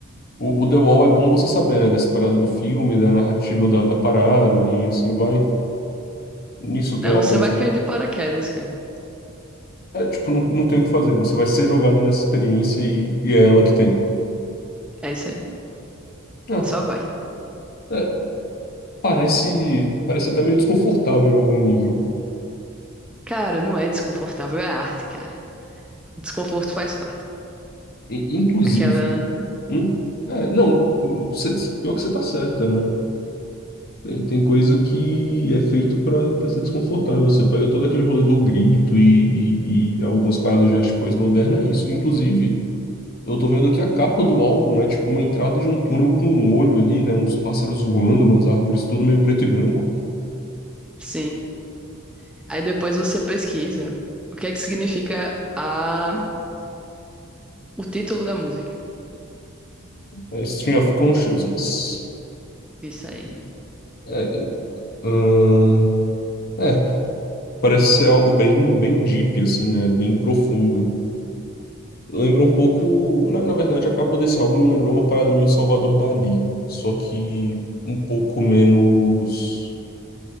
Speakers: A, on the left; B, in the centre.
A: o, o The Wall é bom você saber, né, dessa parada do filme, da narrativa da, da parada e assim vai. Nisso
B: Não,
A: tem algo
B: você
A: nesse
B: vai
A: sentido?
B: cair de paraquedas, cara.
A: É, tipo, não, não tem o que fazer, você vai ser jogado nessa experiência e, e é ela que tem.
B: É isso aí.
A: Ah.
B: Só vai.
A: é, Parece, parece até meio desconfortável em algum nível.
B: Cara, não é desconfortável, é arte, cara. O desconforto faz parte.
A: E, inclusive,
B: Aquela, né?
A: hum, é, não, o- cê- pior que você tá certa, né? Tem, tem coisa que é feito pra pra ser desconfortável. Você pega todo aquele rolê do grito e, e, e algumas paradas de arte pós-moderna, é isso. Inclusive, eu tô vendo aqui a capa do álbum, é tipo uma entrada de um túnel com um olho ali, né? Uns pássaros voando, umas árvores, tudo meio preto e branco.
B: Sim. Aí depois você pesquisa o que é que significa a... o título da música.
A: É Stream of Consciousness.
B: Isso aí.
A: É, ahn, é, Parece ser algo bem, bem deep, assim, né? Bem profundo. Lembra um pouco. Na, na verdade, a capa desse álbum me lembrou uma parada meio Salvador Dali, só que um pouco menos,